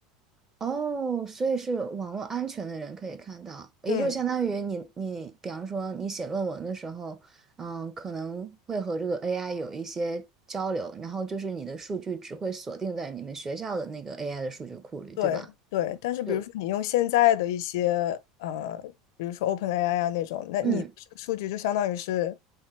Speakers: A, on the right; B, on the left.
A: 哦，所以是网络安全的人可以看到，也就相当于你你，
B: <laughs> 嗯。
A: 比方说你写论文的时候，嗯，可能会和这个 AI 有一些交流，然后就是你的数据只会锁定在你们学校的那个 AI 的数据库里，
B: 对对，
A: 对吧？
B: 但是比如说你用现在的一些呃，
A: 就
B: 比如说 OpenAI 啊那种，那你这个数据就相当于是，
A: 嗯，